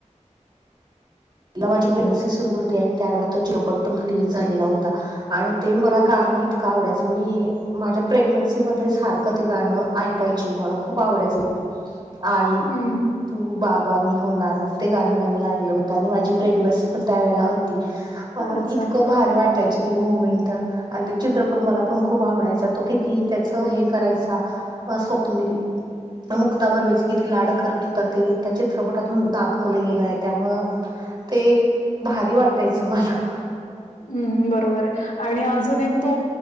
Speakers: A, on the right; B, on the left.
A: जेव्हा, प्रेग्न्सी सुरु होती आणि त्यावेळेला तो चित्रपट पण रिलीज झालेला होता आणि ते मला गाणं इतकं आवडायचं मी माझ्या प्रेग्न्सी मध्ये सारखं ते गाणं ऐकायची मला खूप आवडायचे आई
B: हम्म
A: तू बाबा मी होणार ते गाणं नवीन आलेलं होत आणि माझी प्रेग्नन्सी पण त्यावेळे होती म
B: अच्छा
A: इतकं भारी वाटायच ती मुमेंट आणि ते चित्रपट मला पण खूप आवडायचा तो किती त्याच हे करायचा बा स्वप्नील त्या, मुक्ता बर्वेचे किती लाड करत होतात ते त्या चित्रपटातून दाखवलं गेलं आहे त्यामुळं ते भारी वाटायचं मला
B: हु बरोबर आहे आणि अजून एक तो